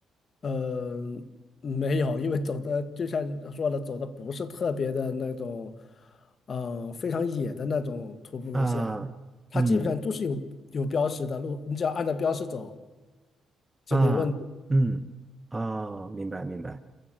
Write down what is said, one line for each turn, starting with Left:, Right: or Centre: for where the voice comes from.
Left: 嗯，没有，因为走的就像你说的，走的不是特别的那种，嗯，非常野的那种徒步路线，
Right: 啊，
Left: 它基本上都是有有标识的路，
Right: 嗯
Left: 你只要按照标识走就没问题。
Right: 啊嗯啊，明白明白，